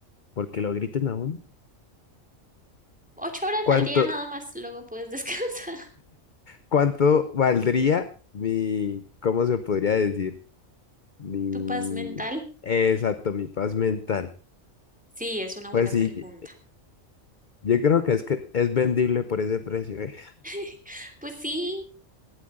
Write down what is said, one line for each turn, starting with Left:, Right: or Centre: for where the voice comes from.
Left: Porque lo griten aún.
Centre: Ocho horas
Left: ¿Cuánto,
Centre: al día nada más, luego puedes <laughs> descansar.
Left: cuánto valdría mi, cómo se podría decir? Mi,
Centre: ¿Tu paz mental?
Left: exacto, mi paz mental.
Centre: Sí, es una buena
Left: Pues sí,
Centre: pregunta.
Left: Yo creo que es que es vendible por ese precio, eh.
Centre: <laughs> Pues sí,